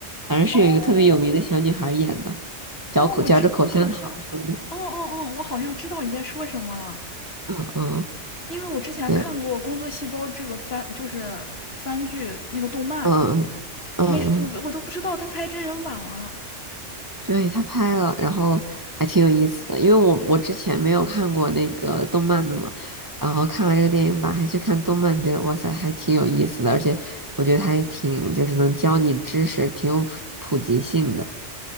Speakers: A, on the right; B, on the left.
A: 反正是有一个特别有名的小女孩儿演的，
B: 哦
A: 嚼口嚼着口香糖说的，
B: 哦，我知，我好像，哦哦哦，我好像知道你在说什么了，
A: 嗯嗯，
B: 因为我之前看过《工作细胞》这个番，
A: 对，
B: 就是番剧那个动漫，
A: 嗯嗯嗯。
B: 没我我都不知道他拍真人版了。
A: 对，他拍了，然后还挺有意思的，因为我我之前没有看过那个动漫的嘛，然后看完这个电影版还去看动漫，觉得哇塞，还挺有意思的，而且我觉得它也挺就是能教你知识，挺有普普及性的。